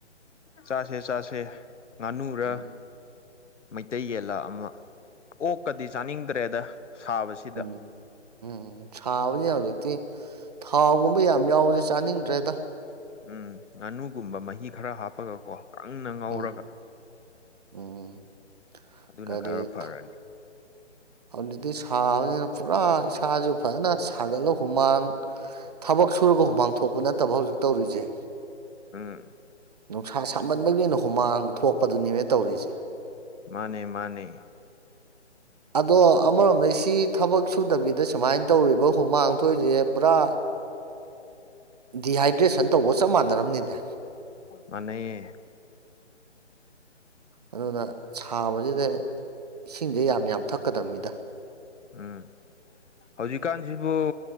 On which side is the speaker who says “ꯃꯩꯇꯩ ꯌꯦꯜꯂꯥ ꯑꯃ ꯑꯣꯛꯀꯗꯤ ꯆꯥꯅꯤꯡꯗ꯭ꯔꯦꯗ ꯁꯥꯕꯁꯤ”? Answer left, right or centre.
Left